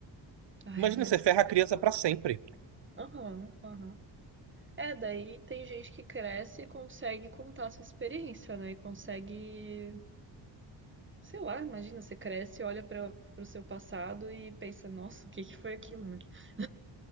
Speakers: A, on the right (about 25°); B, on the right (about 60°).
A: Ai,
B: Imagina,
A: mas.
B: você ferra a criança pra sempre.
A: Aham, aham. É, daí tem gente que cresce e consegue contar a sua experiência, né? E consegue. Sei lá, imagina, você cresce, olha para o seu passado e pensa: nossa, o que que foi aquilo? né? O